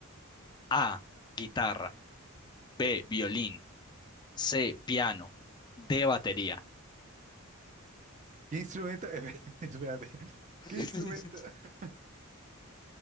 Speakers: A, on the left (about 20°); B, on the right (about 35°).
A: A, guitarra, B, violín, C, piano, D, batería.
B: ¿Qué instrumento? <laughs> Espérate.
A: <laughs>
B: ¿Qué instrumento? <laughs>